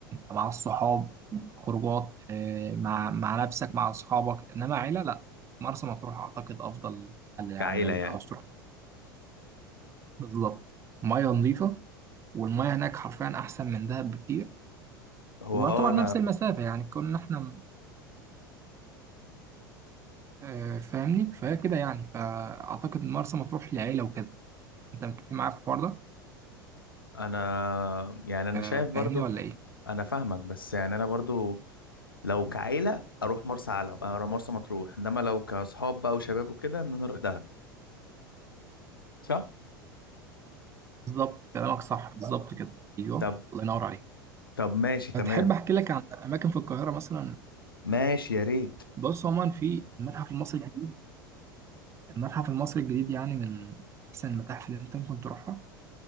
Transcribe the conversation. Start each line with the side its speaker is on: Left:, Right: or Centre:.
Right: مع الصحاب خروجات آه، مع مع نفسك مع أصحابك إنما عيلة لأ مرسى مطروح أعتقد أفضل حل يعني
Left: كعيلة
Right: لو
Left: يعني
Right: أنت عاوز تروح بالظبط مية نظيفة والمياه هناك حرفيا احسن من دهب بكتير
Left: هو
Right: ويعتبر
Left: اه اه انا
Right: نفس المسافه يعني كنا احنا آه، فاهمني فهي كده يعني فاعتقد إن مرسى مطروح للعيله وكده انت متفق معايا في الحوار ده
Left: انا يعني انا
Right: آه،
Left: شايف برضو
Right: فاهمني ولا ايه
Left: انا فاهمك بس يعني انا برضو لو كعيلة اروح مرسى علم اروح مرسى مطروح انما لو كاصحاب بقى وشباب وكده ان انا اروح دهب صح
Right: بالظبط كلامك صح بالظبط كده ايوه
Left: طب
Right: الله ينور عليك
Left: طب ماشي تمام
Right: فتحب احكي لك عن اماكن في القاهره مثلا
Left: ماشي يا ريت
Right: بص عموما في المتحف المصري الجديد المتحف المصري الجديد يعني من احسن المتاحف اللي انت ممكن تروحها